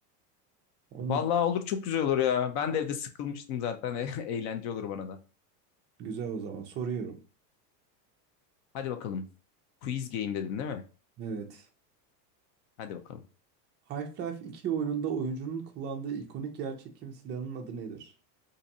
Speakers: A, on the right; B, on the left.
A: Onun
B: Vallahi
A: üst-
B: olur çok güzel olur ya. Ben de evde sıkılmıştım zaten. <laughs> E- Eğlence olur bana da.
A: güzel o zaman soruyorum.
B: Hadi bakalım. Quiz game dedin değil mi?
A: Evet.
B: Hadi bakalım.
A: Half-Life 2 oyununda oyuncunun kullandığı ikonik yerçekim silahının adı nedir?